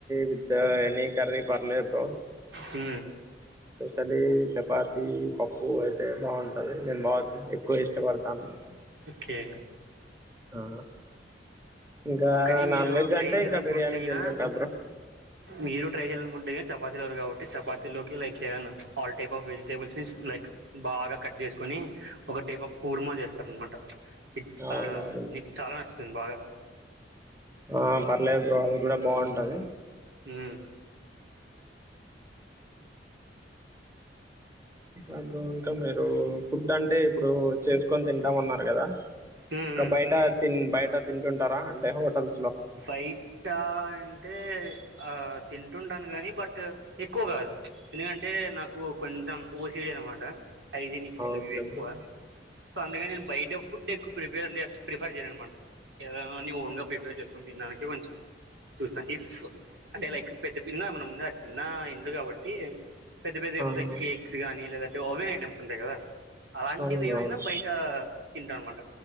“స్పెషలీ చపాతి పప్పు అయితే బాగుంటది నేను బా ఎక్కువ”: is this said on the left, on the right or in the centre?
Right